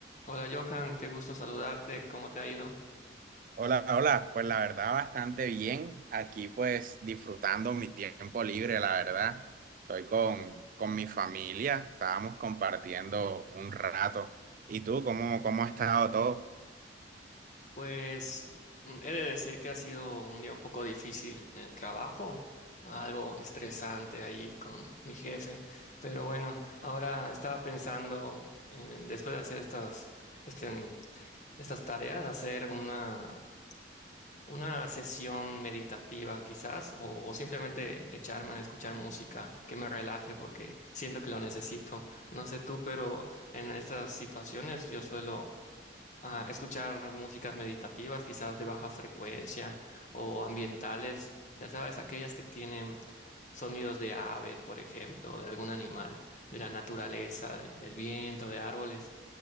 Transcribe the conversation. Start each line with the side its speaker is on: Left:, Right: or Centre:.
Left: Hola Johan, qué gusto saludarte, ¿cómo te ha ido?
Right: Hola, hola. Pues la verdad, bastante bien. Aquí pues disfrutando mi tiempo libre, la verdad. Estoy con, con mi familia, estábamos compartiendo un rato. ¿Y tú, cómo, cómo ha estado todo?
Left: Pues mm, he de decir que ha sido un día un poco difícil en el trabajo, algo estresante ahí con mi jefe, pero bueno, ahora estaba pensando en, después de hacer estas, este, estas tareas, hacer una, una sesión meditativa quizás, o, o simplemente echarme a escuchar música que me relaje porque siento que lo necesito. No sé tú, pero en estas situaciones yo suelo a escuchar músicas meditativas, quizás de baja frecuencia o ambientales, ya sabes, aquellas que tienen sonidos de aves, por ejemplo, o de algún animal, de la naturaleza, de- del viento, de árboles